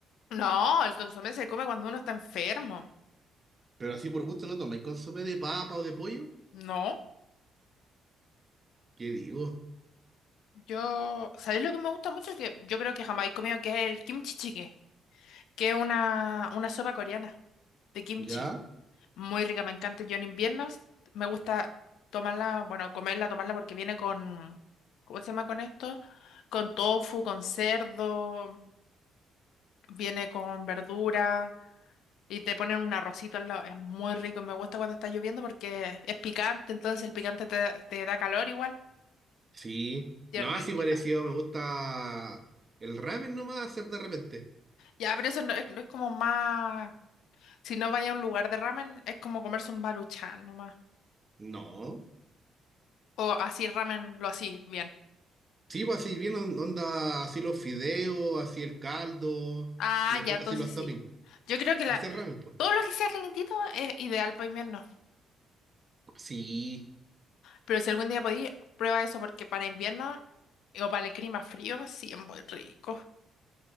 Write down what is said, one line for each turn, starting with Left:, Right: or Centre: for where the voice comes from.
Left: No, el consomé se come cuando uno está enfermo.
Right: Pero así por gusto no tomáis consomé de papa o de pollo.
Left: No,
Right: ¿Qué digo?
Left: yo, ¿sabéis lo que me gusta mucho? Que yo creo que jamás he comido, que es el kimchi jjigae, que es una, una sopa coreana de kimchi.
Right: Ya,
Left: Muy rica, me encanta. Yo en invierno s- me gusta tomarla, bueno, comerla, tomarla porque viene con, ¿cómo se llama con esto? Con tofu, con cerdo, viene con verdura. Y te ponen un arrocito al lado. Es muy rico. y Me gusta cuando está lloviendo porque es picante, entonces el picante te, te da calor igual.
Right: sí.
Left: Y
Right: No,
Left: es rico.
Right: así parecido, me gusta el ramen nomás hacer de repente.
Left: Ya, pero eso no es, no es como más. Si no vaya a un lugar de ramen, es como comerse un baruchán nomás.
Right: No.
Left: O así ramen, lo así, bien.
Right: Sí, pues así bien on- onda, así los fideos, así el caldo,
Left: Ah,
Right: y después
Left: ya, entonces
Right: así los
Left: sí.
Right: toppings.
Left: Yo creo que la,
Right: Hacer ramen, pues.
Left: todo lo que sea calentito es ideal para invierno.
Right: Sí,
Left: Pero si algún día podí, prueba eso porque para invierno o para el clima frío, sí es muy rico.